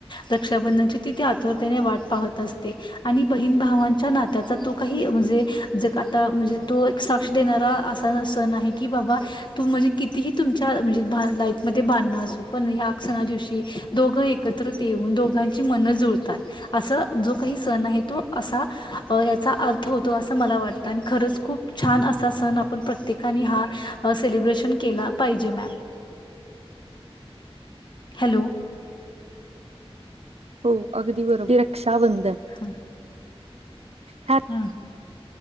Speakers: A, on the left; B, on the right.
A: रक्षाबंधनची तिथे आतुरतेने वाट पाहत आणि बहिण भावांच्या नात्याचा तो, काही म्हणजे जग आता म्हणजे तो एक सांग देणार असा सण आहे. की बाबा तू म्हणजे कितीही तुमच्या, म्हणजे लाईफमध्ये भांडणार पण क्षणा दिवशी दोघ एकत्रित येऊन, दोघांची मन जुळतात. असं जो काही सण आहे. तो असा, याचा अर्थ होतो, असं मला वाटतं. आणि खरंच खूप छान! असा सण आपण प्रत्येकाने हा सेलब्रेशन केला, पाहिजे. Ma'am hello!
B: हो, अगदी बरोबर रक्षाबंधन
A: हा.
B: ह्या
A: हा.